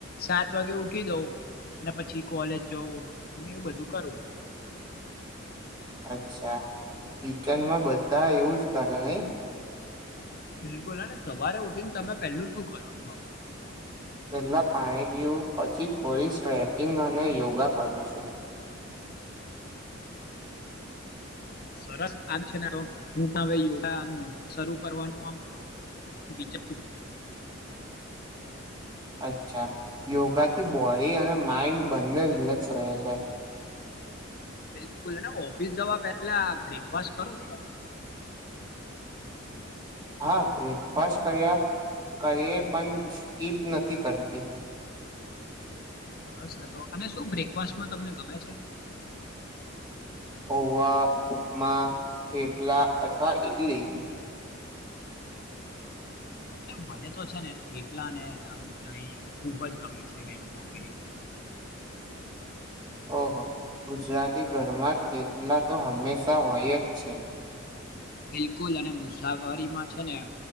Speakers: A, on the left; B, on the right.
A: સાત વાગે ઉઠી જઉં અને પછી કોલેજ જવું અને એવું બધું કરું.
B: અચ્છા વીકેન્ડમાં બધા એવું જ કરે ની?
A: બિલકુલ હને સવારે ઉઠીને તમે પેલું શું કરો છો?
B: પેલા પાણી પીવું પછી થોડી સ્ટ્રેચિંગ અને યોગા કરું છું. <inaudible>
A: સરસ આમ છે ને હું પણ હવે યોગા આમ શરૂ કરવાનું આમ વિચારુ
B: અચ્છા, યોગાથી બોડી અને માઈન્ડ બંને રિલેક્સ રહે છે.
A: બિલકુલ અને ઓફિસ જવા પેલા બ્રેકફાસ્ટ કરો છો તમે?
B: હા, બ્રેકફાસ્ટ કર્યા કરીએ પણ સ્કીપ નથી કરતી.
A: સરસ તો અને શું બ્રેકફાસ્ટમાં તમને ગમે છે?
B: પહવા, ઉપમા, ખેપલા અથવા ઈડલી.
A: મને તો છે ને થીપલા ને આમ દહી ખુબ જ ગમે છે બે નું કોમ્બિનેશન.
B: <inaudible> ઓહો, ગુજરાતી ઘરમાં થેપલા તો હંમેશા હોય જ છે.
A: બિલકુલ અને મુસાફરીમાં છે ને